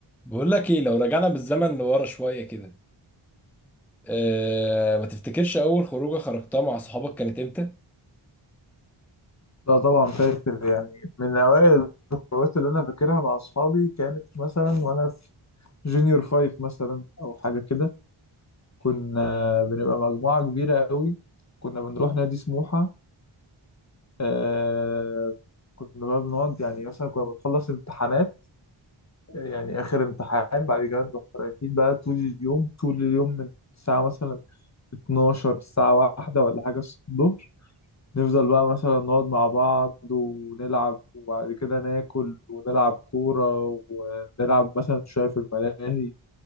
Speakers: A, in the centre; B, on the left.
A: بقول لك ايه لو رجعنا بالزمن لورا شويه كده أه ما تفتكرش اول خروجه خرجتها مع صحابك كانت امتى
B: لا طبعا فاكر يعني من أوائل الخروجات اللي أنا فاكرها مع أصحابي كانت مثلا وأنا في جونيور فايف مثلا أو حاجة كده كنا بنبقى مجموعة كبيرة قوي كنا بنروح نادي سموحة آه كنا بقى بنقعد يعني مثلا كنا بنخلص امتحانات يعني آخر امتحان بعد كده نروح رايحين بقى طول اليوم طول اليوم من الساعة مثلا 12 الساعة واحدة ولا حاجة الصبح نفضل بقى مثلا نقعد مع بعض ونلعب وبعد كده ناكل ونلعب كورة ونلعب مثلا شوية في الملاهي